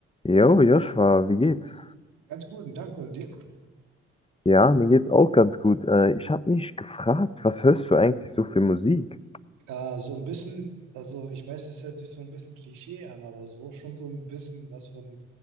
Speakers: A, on the left (about 20°); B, on the right (about 80°).
A: Jo, Joshua, wie geht's?
B: Ganz guten Dank und dir.
A: Ja, mir geht's auch ganz gut. Äh, ich habe mich gefragt, was hörst du eigentlich so für Musik?
B: Äh, so ein bisschen, also ich weiß, es hört sich so ein bisschen Klischee an, aber so schon so ein bisschen was von,